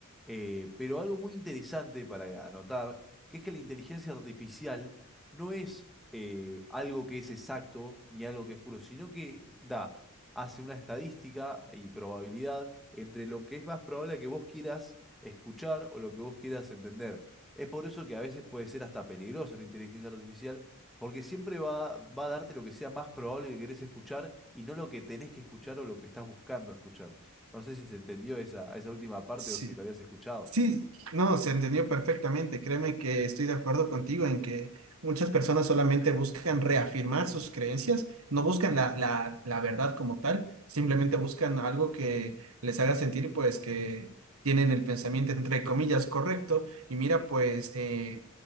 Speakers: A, in the centre; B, on the right.
A: Eh, pero algo muy interesante para anotar, que es que la inteligencia artificial no es eh, algo que es exacto ni algo que es puro, sino que da, hace una estadística y probabilidad entre lo que es más probable que vos quieras escuchar o lo que vos quieras entender. Es por eso que a veces puede ser hasta peligroso la inteligencia artificial, porque siempre va, va a darte lo que sea más probable que querés escuchar y no lo que tenés que escuchar o lo que estás buscando escuchar. No sé si se entendió esa, esa última parte
B: Sí,
A: o si lo habías escuchado.
B: Sí, no, se entendió perfectamente. Créeme que estoy de acuerdo contigo en que muchas personas solamente buscan reafirmar sus creencias, no buscan la, la, la verdad como tal, simplemente buscan algo que les haga sentir pues que tienen el pensamiento entre comillas correcto. Y mira, pues eh,